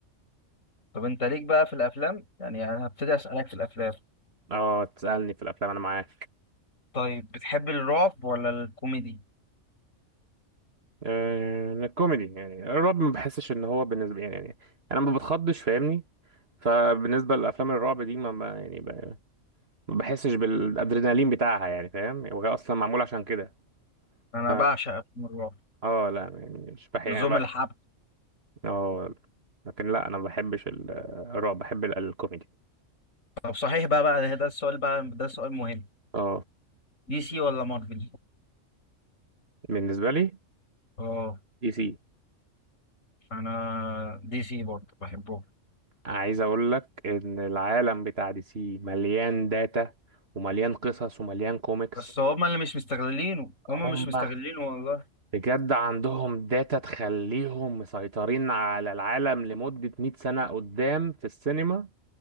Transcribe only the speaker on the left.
طب انت ليك بقى في الافلام يعني انا هبتدي اسالك في الافلام
طيب بتحب الرعب ولا الكوميدي
انا
بعشق افلام الرعب
لزوم
الحب
طب صحيح بقى بقى ده ده السؤال بقى ده سؤال مهم
دي سي ولا مارفل
اه
انا دي سي برضه بحبهم
بس هما اللي مش مستغلينه هما
مش مستغلينه والله